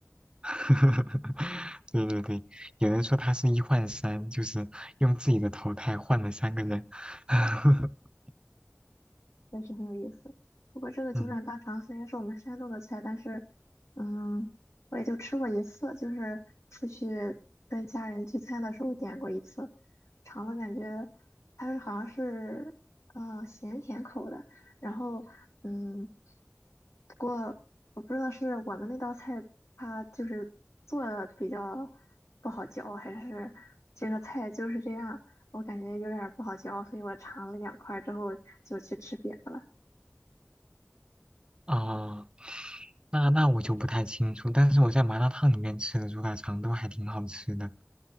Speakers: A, on the right (about 20°); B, on the left (about 85°).
A: <laughs> 对对对，有人说他是一换三，就是用自己的投胎换了三个人，<laughs>
B: 真是很有意思。不过这个九转大肠虽然是我们山东的菜，
A: 嗯。
B: 但是，嗯，我也就吃过一次，就是出去跟家人聚餐的时候点过一次，尝了感觉它是好像是呃咸甜口的，然后嗯，不过我不知道是我们那道菜它就是做的比较不好嚼，还是这个菜就是这样，我感觉有点儿不好嚼，所以我尝了两块儿之后就去吃别的了。
A: 啊。那那我就不太清楚，但是我在麻辣烫里面吃的猪大肠都还挺好吃的，